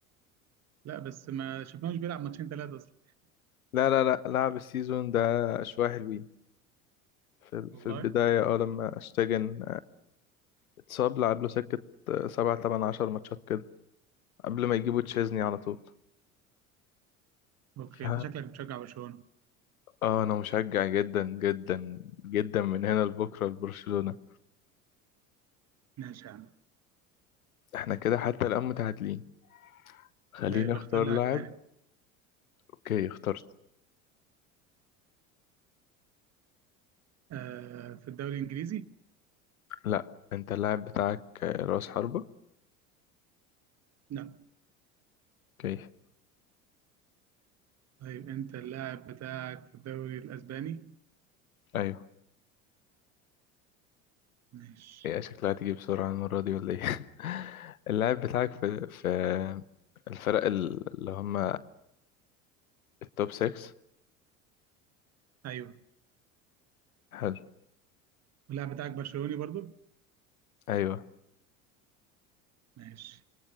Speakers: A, on the right; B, on the left.
A: لا بس ما شفناهوش بيلعب ماتشين ثلاثة اصلا
B: لا لا لا لعب السيزون ده شوية حلوين في
A: والله
B: في البداية اه لما اشتاجن اتصاب لعب له سكة سبعة تمن عشر ماتشات كده قبل ما يجيبوا تشيزني على طول
A: اوكي
B: ف
A: انت شكلك بتشجع برشلونة
B: اه أنا مشجع جدا جدا جدا من هنا لبكرة لبرشلونة
A: ماشي يا عم
B: احنا كده حتى الآن متعادلين خليني
A: طيب
B: اختار
A: اختار لاعب
B: لاعب
A: تاني
B: اوكي اخترت
A: آه في الدوري الانجليزي
B: لا انت اللاعب بتاعك آه، رأس حربة
A: لا
B: اوكي
A: طيب انت اللاعب بتاعك في الدوري الاسباني
B: ايوه
A: ماشي
B: ايه شكلها تيجي بسرعة المرة دي ولا ايه <laughs> اللاعب بتاعك في في الفرق ال- اللي هم التوب 6
A: <laughs> ايوه
B: حلو
A: واللاعب بتاعك برشلوني برضو
B: ايوه
A: ماشي